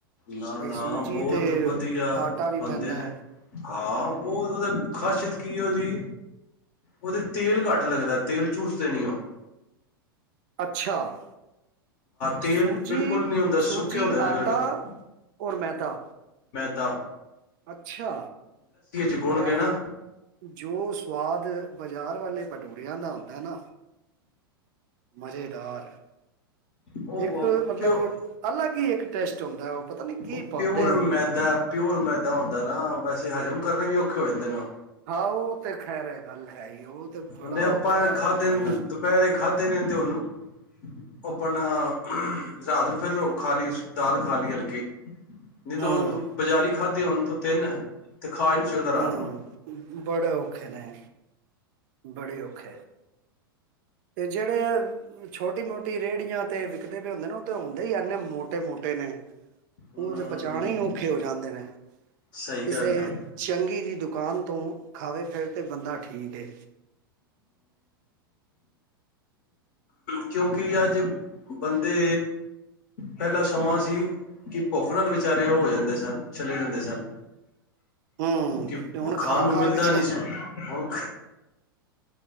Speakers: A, on the left; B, on the right.
A: ਨਾ
B: ਬਈ
A: ਨਾ
B: ਸੂਜੀ
A: ਬਹੁਤ
B: ਤੇ
A: ਵਧੀਆ
B: ਆਟਾ ਵੀ
A: ਬਣਦੇ
B: ਪੈਂਦੈ।
A: ਨੇ। ਹਾਂ, ਔ ਔਦੇ ਖਾਸੀਅਤ ਕੀ ਏ ਓਦੀ ਓਦੇ ਚ ਤੇਲ ਘੱਟ ਲੱਗਦੈ ਤੇਲ ਚੂਸਦੇ ਨੀ ਔ।
B: ਅੱਛਾ,
A: ਤੇਲ
B: ਸੂਜੀ-ਸੂਜੀ
A: ਬਿਲਕੁਲ ਨਹੀਂ ਹੁੰਦਾ ਸੁੱਕੇ ਹੁੰਦੇ ਨੇ
B: ਆਟਾ
A: ਬਿਲਕੁਲ
B: ਔਰ ਮੈਦਾ।
A: ਦਾ।
B: ਅੱਛਾ
A: ਗੁੰਨ
B: ਪਰ ਯਾਰ
A: ਕੇ ਨਾ
B: ਜੋ ਸਵਾਦ ਬਾਜ਼ਾਰ ਵਾਲੇ, ਭਟੂਰੀਆ ਦਾ ਹੁੰਦਾ ਨਾ ਮਜ਼ੇਦਾਰ।
A: ਉਹ
B: ਇੱਕ ਮਤਲਬ
A: ਪਿਓ
B: ਅਲੱਗ ਹੀ ਇੱਕ ਟੇਸਟ ਹੁੰਦਾ ਉਹ ਪਤਾ ਨੀ ਕੀ
A: ਉਹ
B: ਪਾਦੇ
A: ਪਿਓਰ
B: ਨੇ।
A: ਮੈਦਾ ਪਿਓਰ ਮੈਦਾ ਹੁੰਦਾ ਨਾ ਵੈਸੇ ਹਜ਼ਮ ਕਰਨੇ ਵੀ ਔਖੇ ਹੋ ਜਾਂਦੇ ਨਾ ਔ,
B: ਹਾਂ ਉਹ ਤੇ ਖੈਰ ਹੈ ਗੱਲ ਹੈ ਹੀ ਉਹ। ਤੇ ਬੜਾ
A: ਹੁਣ ਆਪਾਂ
B: ਔਖਾ ਹਜ਼ਮ
A: ਖਾਧੇ
B: ਕਰਨਾ
A: ਨੇ ਦੁਪਹਿਰੇ ਖਾਧੇ ਨੇ ਤੇ ਉਹਨੂੰ ਉਹ ਆਪਣਾ ਰਾਤ ਨੂੰ ਫਿਰ ਉਹ ਖਾ ਲਈ ਦਾਲ ਖਾ ਲਈ ਹਲਕੀ। ਨਹੀਂ ਤਾਂ
B: ਹੂੰ
A: ਉਹ ਤੂੰ ਬਾਜ਼ਾਰੀ ਖਾ ਤੇ ਹੁਣ ਤੋਂ ਤਿੰਨ ਤੇ। ਖਾ ਹੀ ਨਹੀਂ ਸਕਦਾ ਰਾਤ
B: ਹੂੰ
A: ਨੂੰ
B: ਬੜਾ ਔਖਾ ਨਾ। ਬੜੇ ਔਖਾ, ਤੇ ਜਿਹੜੇ ਛੋਟੀ ਮੋਟੀ ਰੇਹੜੀਆਂ ਤੇ ਵਿਕਦੇ ਪਏ ਹੁੰਦੇ ਨੇ ਉਹ ਤੇ ਹੁੰਦੇ ਹੀ ਇਨੇ ਮੋਟੇ-ਮੋਟੇ ਨੇ। ਉਹ
A: ਹਮ
B: ਤੇ ਪਚਾਣੇ ਹੀ ਔਖੇ ਹੋ ਜਾਂਦੇ ਨੇ
A: ਸਹੀ
B: ਕਿਸੇ
A: ਗੱਲ ਹੈ
B: ਚੰਗੀ ਦੀ ਦੁਕਾਨ, ਦੁਕਾਨ ਤੋਂ ਖਾਵੇ ਫਿਰ ਤੇ ਬੰਦਾ ਠੀਕ ਏ।
A: ਕਿਉਂਕਿ ਅੱਜ ਬੰਦੇ ਪਹਿਲਾਂ ਸਮਾਂ ਸੀ ਕਿ ਭੁੱਖ ਨਾਲ ਵਿਚਾਰੇ ਹੋ ਜਾਂਦੇ ਸਨ ਚਲੇ ਜਾਂਦੇ ਸੀ। ਸਨ
B: ਹੂੰ
A: ਕਿ
B: ਤੇ ਹੁਣ
A: ਉਹ ਖਾਣ
B: ਖਾ
A: ਨੂੰ
B: ਖਾ
A: ਮਿਲਦਾ
B: ਕੇ ਚ
A: ਨਹੀਂ ਸੀ, ਹੁਣ